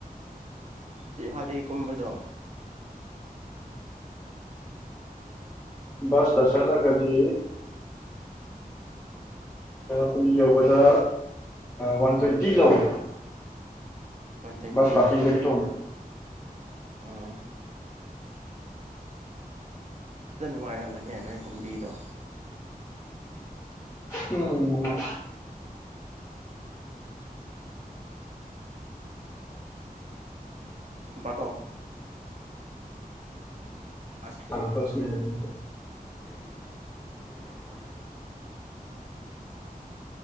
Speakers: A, on the right; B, on the left.
A: ꯁꯤ ꯍꯥꯗꯒꯤ ꯀꯃꯗꯨꯣ
B: ꯁ ꯇꯁꯂ ꯀꯗꯤ ꯀꯨꯏ ꯌꯧꯕꯗ ꯋꯥꯟ ꯇ꯭ꯋꯦꯟꯇꯤ ꯂꯧꯋꯦ
A: ꯋꯥꯟ ꯇ꯭ꯋꯦꯟꯇꯤ
B: ꯕꯁ ꯄꯀꯤꯡꯗꯒꯤ ꯇꯣꯛ
A: ꯑꯣ ꯑꯗ ꯅꯨꯡꯉꯥꯏꯔꯝꯒꯅꯦ ꯅꯣꯏ ꯀꯨꯝꯕꯤꯗꯣ
B: ꯎꯝ
A: ꯕꯥ ꯑꯁ
B: ꯄꯁꯅꯦ ꯍꯥꯏ